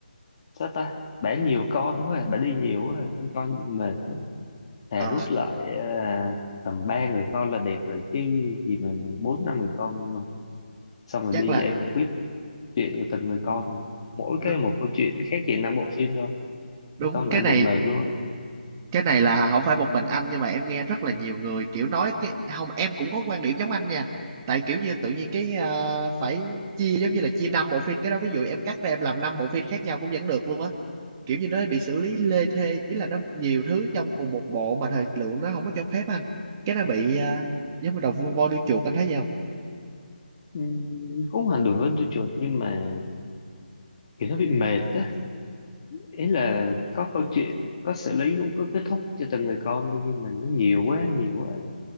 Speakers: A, on the left (about 35°); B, on the right (about 20°).
A: sao ta bà nhiều con quá à. bà đi nhiều quá à. anh coi bị mệt thà
B: Ờ,
A: rút lại à, tầm ba người con là đẹp rồi chứ gì mà bốn năm người con mà. xong rồi
B: chắc
A: đi
B: là
A: giải quyết chuyện của từng người con mỗi
B: đúng
A: cái một câu chuyện khác gì năm bộ phim đâu
B: đúng
A: Mấy con mà
B: cái
A: anh
B: này
A: bị mệt luôn á
B: cái này là không phải một mình anh nhưng mà em nghe rất là nhiều người kiểu nói cái không em cũng có quan điểm giống anh nha tại kiểu như tự nhiên cái ờ, phải chia giống như là chia năm bộ phim cái đó ví dụ em cắt ra em làm năm bộ phim khác nhau cũng vẫn được luôn á kiểu như nó bị xử lý lê thê ý là nó nhiều thứ trong cùng một bộ mà thời lượng nó không có cho phép anh cái nó bị ờ, giống như đầu voi đuôi chuột anh thấy gì không
A: Ừm, cũng không hẳn đối với đứa chuột nhưng mà kiểu nó bị mệt á ý là có câu chuyện có xử lý cũng có kết thúc cho từng người con đi nhưng mà nó nhiều quá nhiều quá